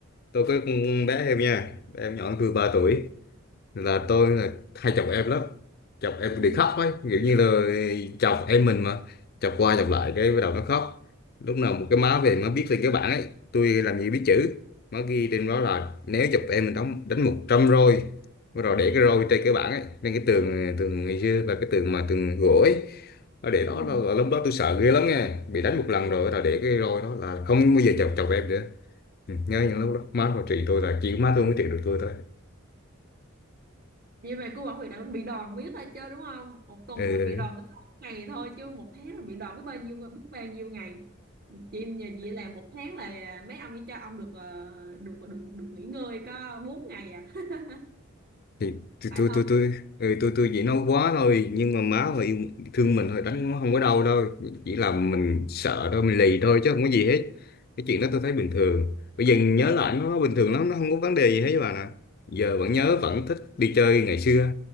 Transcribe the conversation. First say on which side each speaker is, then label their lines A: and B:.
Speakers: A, on the left; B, on the right.
A: tôi có con bé em nha bé em nhỏ hơn tôi 3 tuổi là tôi là hay chọc em lắm chọc em
B: Ừ.
A: bị khóc ấy kiểu như là chọc em mình mà chọc qua chọc lại cái bắt đầu nó khóc lúc nào một cái má về má viết lên cái bảng ấy tôi làm gì biết chữ má ghi trên đó là nếu chọc em mình đóng đánh một trăm roi bắt đầu để cái roi trên cái bảng ấy lên cái tường tường ngày xưa là cái tường mà tường gỗ ấy nó để đó
B: Ừ.
A: là, là lúc đó tôi sợ ghê lắm nha bị đánh một lần rồi là để cái roi đó là không bao giờ chọc chọc em nữa ừ, nhớ những lúc đó má còn trị tôi là chỉ có má tôi mới trị được tôi thôi
B: vậy mà cô bảo bị đòn bị đòn biết thôi chứ đúng không một tuần
A: ừ.
B: mà bị đòn
A: ừ.
B: tới sáu ngày thôi chứ một tháng mà bị đòn biết bao nhiêu biết bao nhiêu ngày chị nhờ chị làm một tháng là mấy ông chỉ cho ông được ờ, được được được nghỉ ngơi có bốn ngày à <laughs>
A: thì tôi
B: phải
A: tôi
B: không
A: tôi tôi ừ, tôi tôi chỉ nói quá thôi nhưng mà má họ yêu thương mình thôi đánh nó không có đau đâu chỉ là mình sợ thôi mình lì thôi chứ không có gì hết cái chuyện đó tôi thấy bình thường bây giờ nhớ lại nó, nó bình thường lắm nó không có vấn đề gì hết với bà nè giờ vẫn nhớ vẫn thích đi chơi ngày xưa